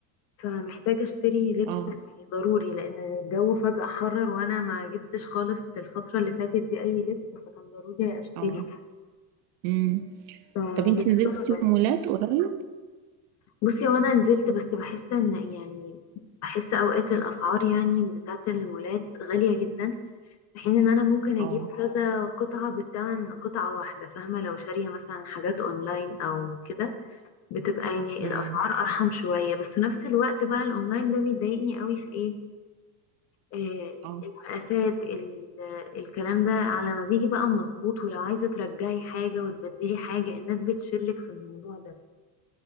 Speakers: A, on the left; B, on the right.
A: فمحتاجة اشتري
B: <laughs>
A: لبس
B: اه
A: ضروري لان الجو فجأة حرر وانا ما جبتش خالص الفترة اللي فاتت دي اي لبس فكان ضروري اشتري
B: اه امم
A: فمحتاجة
B: طب انتي نزلتي مولات قريب؟
A: بصي وانا نزلت بس بحس ان يعني بحس اوقات الاسعار يعني بتاعة المولات غالية جدا في حين ان انا ممكن اجيب
B: اه
A: كذا قطعة بالثمن قطعة واحدة فاهمة لو شارية مثلا حاجات اونلاين او كده بتبقى يعني
B: امم
A: الاسعار ارحم شوية بس في نفس الوقت بقى الاونلاين ده بيضايقني قوي في ايه آه،
B: اه
A: المقاسات ال- الكلام ده على ما بيجي بقى مظبوط ولو عايزة ترجعي حاجة وتبدلي حاجة الناس بتشلك في الموضوع ده